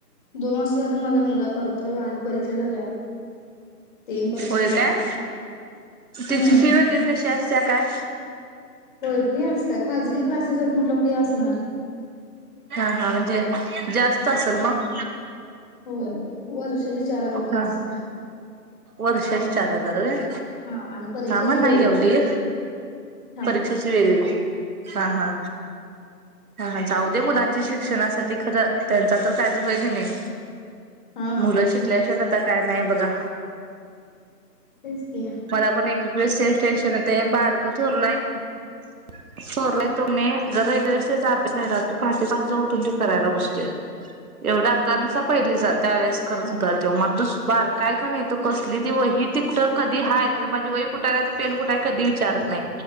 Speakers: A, on the left (about 30°); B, on the right (about 60°).
A: दोन वर्ष झालं माझा मुलगा करतोय बाहेर परीक्षा झाल्या तीन परीक्षा
B: होय
A: झाल्या.
B: काय त्याची
A: हम्म
B: फी वगैरे कशी असत्या काय.
A: हो फी असत्या. खाजगी क्लासेस आहेत म्हटल्यावर फी असणार.
B: हा हा म्हणजे जास्त असेल मग.
A: होय वर्षाची चार हजार रुपये
B: हा
A: असत्या
B: वर्षांची चार हजार व्हयं.
A: हा आणि परीक्षेची
B: हा मग नाही
A: वेगळी
B: एवढी.
A: हा
B: परीक्षेची वेगळी हा हा हा जाऊद्या मुलांच्या शिक्षणासाठी खरं त्यांचा तर कायच होय क नाही
A: हा
B: मुलं शिकल्याशेठ आता काय नाही बघा
A: तेच की हा
B: मला पण एक एक वेळेस तेच टेन्शन येत बारक थोरल आहे की थोरलाय तो कणी जर एखाद्या विषयाचा अभ्यास राहिला तर पहाटे पाचला ऊठुन होत करायला बसतोय एवढा आतानुस पहिलीला जात त्यावेेळेस करत
A: हा
B: होता तो मग दुस बारका आहे कणी कसलीही वही तिकटत कधी हा आहे माझं वही कुठ पेन कुठ आहे कधी विचारत नाही